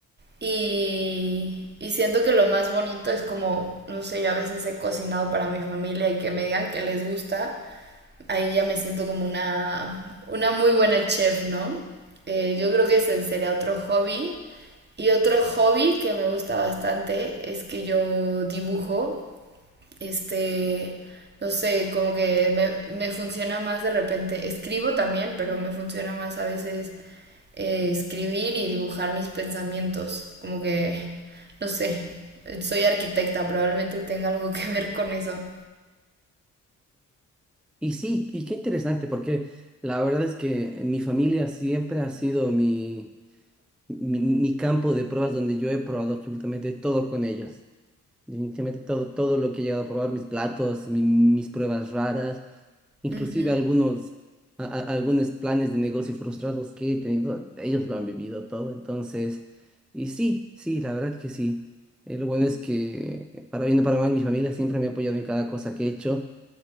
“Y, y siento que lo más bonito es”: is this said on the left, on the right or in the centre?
Right